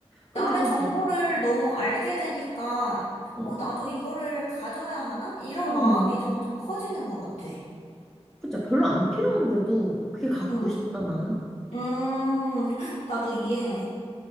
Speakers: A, in the centre; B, on the left (about 75°).
A: 그치,
B: 남의
A: 그치.
B: 정보를 너무 알게 되니까,
A: 응,
B: 어, 나도 이거를 가져야 하나? 이런
A: 응.
B: 마음이 점점 커지는 것 같아.
A: 그치. 별로 안 필요한데도 그게 갖고
B: 응.
A: 싶다, 나는.
B: 음, 나도 이해해.